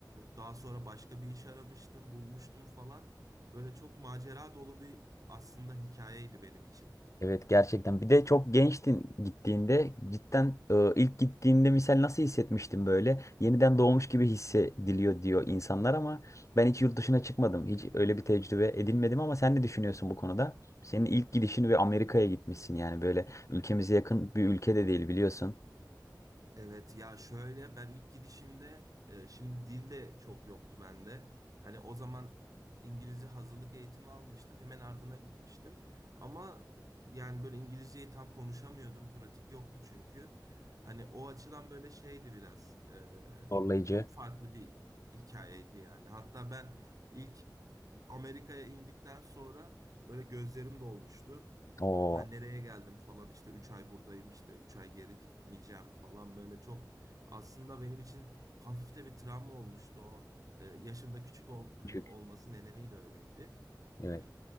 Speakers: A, on the right; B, on the left.
A: daha sonra başka bir iş aramıştım, bulmuştum falan. Böyle çok macera dolu bir aslında hikayeydi benim için.
B: Evet gerçekten. Bir de çok gençtin gittiğinde cidden e, ilk gittiğinde misal nasıl hissetmiştim böyle? Yeniden doğmuş gibi hissediliyor diyor insanlar ama ben hiç yurt dışına çıkmadım. Hiç öyle bir tecrübe edinmedim ama sen ne düşünüyorsun bu konuda? Senin ilk gidişin ve Amerika'ya gitmişsin yani böyle ülkemize yakın bir ülke de değil biliyorsun.
A: Evet ya şöyle ben ilk gidişimde e, şimdi dil de çok yoktu bende. Hani o zaman İngilizce hazırlık eğitimi almıştım. Hemen ardına gitmiştim. Ama yani böyle İngilizceyi tam konuşamıyordum. Pratik yoktu çünkü. Hani o açıdan böyle şeydi biraz. e,
B: Zorlayıcı.
A: çok farklı bir hikayeydi yani. Hatta ben ilk Amerika'ya indikten sonra böyle gözlerim dolmuştu.
B: Oo.
A: Ben nereye geldim falan işte 3 ay buradayım işte 3 ay geri gitmeyeceğim falan böyle çok aslında benim için hafif de bir travma olmuştu o. Ee, yaşımda küçük ol, hani
B: Küçük.
A: olması nedeniyle öyleydi.
B: Evet.
A: Ee,